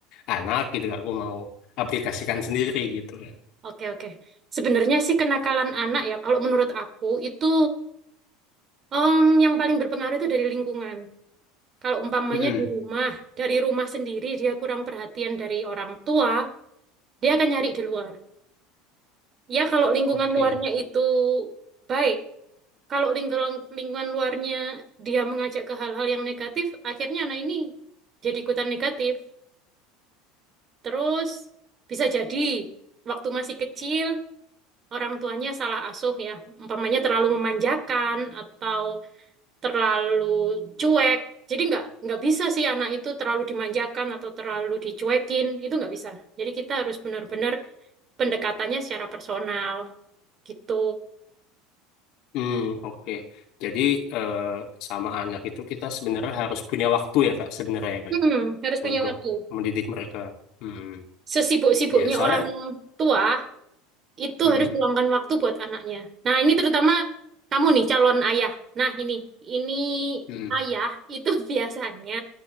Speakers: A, on the left (about 60°); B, on the right (about 35°).
A: anak gitu, aku mau aplikasikan sendiri gitu kan.
B: oke, oke. Sebenarnya sih kenakalan anak ya, kalau menurut aku itu em, yang paling berpengaruh itu dari lingkungan. Kalau umpamanya
A: Mm-mm.
B: di rumah, dari rumah sendiri dia kurang perhatian dari orang tua, dia akan nyari di luar. Ya, kalau lingkungan
A: Oke.
B: luarnya itu baik, Kalau lingkungan, lingkungan luarnya dia mengajak ke hal-hal yang negatif, akhirnya anak ini jadi ikutan negatif. Terus bisa jadi waktu masih kecil orang tuanya salah asuh ya, umpamanya terlalu memanjakan atau terlalu cuek. Jadi nggak nggak bisa sih anak itu terlalu dimanjakan atau terlalu dicuekin, itu nggak bisa. Jadi kita harus benar-benar pendekatannya secara personal gitu.
A: Hmm, oke. Jadi eh, sama anak itu kita sebenarnya harus punya waktu ya, Kak, sebenarnya ya, Kak,
B: Mm-mm, harus punya
A: untuk
B: waktu.
A: mendidik mereka. Hmm.
B: Sesibuk-sibuknya
A: Ya, soalnya
B: orang tua itu
A: hmm,
B: harus meluangkan waktu buat anaknya. Nah, ini terutama kamu nih calon ayah. Nah, ini ini
A: hmm,
B: ayah itu <laughs> biasanya